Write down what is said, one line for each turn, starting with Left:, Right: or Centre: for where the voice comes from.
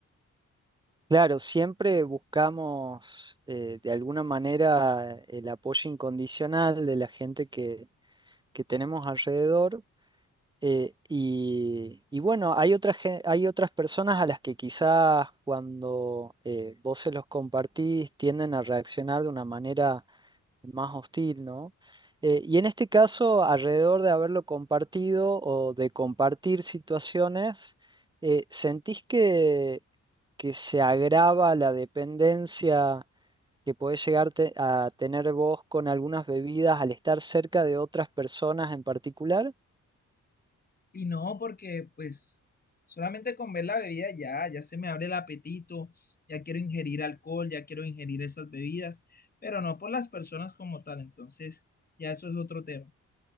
Right: Claro, siempre buscamos eh, de alguna manera el apoyo incondicional de la gente que, que tenemos alrededor. eh, y, y bueno, hay otras, gen- hay otras personas a las que quizás cuando eh, vos se los compartís tienden a reaccionar de una manera más hostil, ¿no? Eh, y en este caso, alrededor de haberlo compartido o de compartir situaciones, eh, ¿sentís que, que se agrava la dependencia que podés llegar te- a tener vos con algunas bebidas al estar cerca de otras personas en particular?
Left: Y no porque, pues, solamente con ver la bebida ya, ya se me abre el apetito, ya quiero ingerir alcohol, ya quiero ingerir esas bebidas, pero no por las personas como tal, entonces ya eso es otro tema.